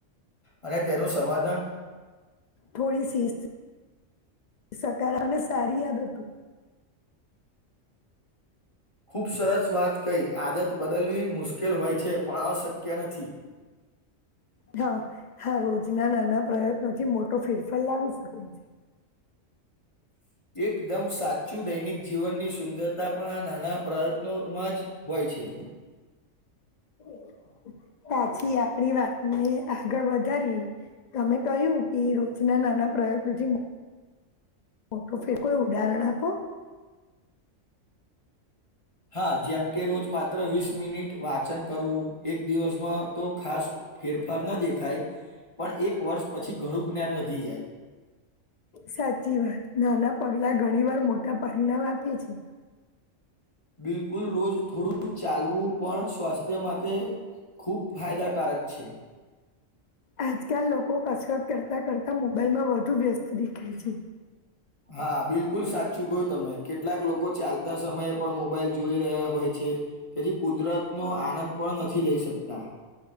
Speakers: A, on the left; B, on the left.
A: અને તેનું સમાધાન?
B: થોડી શિસ્કાર સારી યાદ હતું.
A: ખૂબ સરસ વાત કઈ આદત બદલવી મુશ્કેલ હોય છે પણ અશક્ય નથી.
B: હા હા રોજના નાના પ્રયત્નોથી મોટો ફેરફાર લાવી શકે છે.
A: <unintelligible> એકદમ સાચું દૈનિક જીવનની સુંદરતા પણ આ નાના પ્રયત્નોમાં જ હોય છે.
B: <inaudible> પાછી આપડી વાતને આગળ વધારી તમે કહ્યું કે રોજના ના પ્રયત્ન થી? મોટું ફે કોઈ ઉદાહરણ આપો.
A: હા જેમ કે રોજ માત્ર વીસ મિનિટ વા વચન કરવું. એક દિવસમાં તો ખાસ ફેરફાર ન દેખાય પણ એક વર્ષ પછી ઘણું જ્ઞાન વધી જાય.
B: સાચી વાત નાના પગલા ઘણી વાર મોટા પરિણામ આપે છે.
A: બિલકુલ રોજ થોડું ચાલવું પણ સ્વસ્થ તે માટે ખૂબ ફાયદાકારક છે.
B: આજકાલ લોકો કસરત કરતા કરતા મોબાઈલ માં વધુ વ્યસ્ત દેખાય છે.
A: હા બિલકુલ સાચું કું તમે કેટલાક લોકો ચાલતા સમયે પણ મોબાઈલ જોઈ રહ્યા હોય છે. તેથી કુદરત નો આનંદ પણ નથી લઈ શકતા.